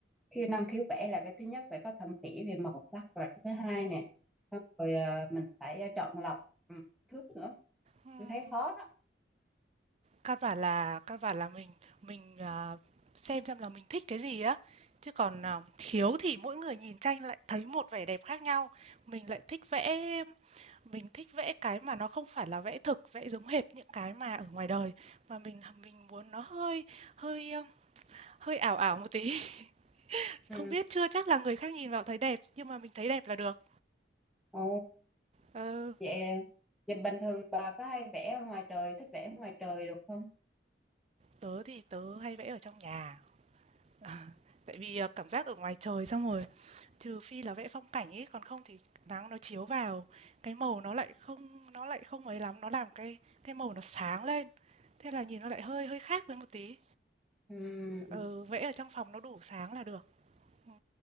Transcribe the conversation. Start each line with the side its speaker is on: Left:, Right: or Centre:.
Centre: khi năng khiếu vẽ là cái thứ nhất phải có thẩm mỹ về màu sắc và cái thứ hai nè xong rồi ờ, mình phải ờ, chọn lọc ừ, thứ nữa
Right: Ừm,
Centre: tôi thấy khó đó
Right: căn bản là căn bản là mình mình, à, xem xem là mình thích cái gì á, chứ còn, à, khiếu thì mỗi người nhìn tranh lại thấy một vẻ đẹp khác nhau. Mình lại thích vẽ Mình thích vẽ cái mà nó không phải là vẽ thực, vẽ giống hệt những cái mà ở ngoài đời, mà mình mình muốn nó hơi hơi, ơ, hơi ảo ảo một tí. <laughs>
Centre: ừ.
Right: Không biết, chưa chắc là người khác nhìn vào thấy đẹp, nhưng mà mình thấy đẹp là được.
Centre: Ồ
Right: Ừ,
Centre: Vậy, vậy bình thường bà có hay vẽ ở ngoài trời, thích vẽ ở ngoài trời được không?
Right: tớ thì tớ hay vẽ ở trong nhà, <laughs> tại vì, ờ, cảm giác ở ngoài trời xong rồi trừ phi là vẽ phong cảnh ấy, còn không thì nắng nó chiếu vào, cái màu nó lại không nó lại không ấy lắm, nó làm cái cái màu nó sáng lên, thế là nhìn nó lại hơi hơi khác với một tí.
Centre: Ừm,
Right: Ừ, vẽ ở trong phòng nó đủ sáng là được. Ừm.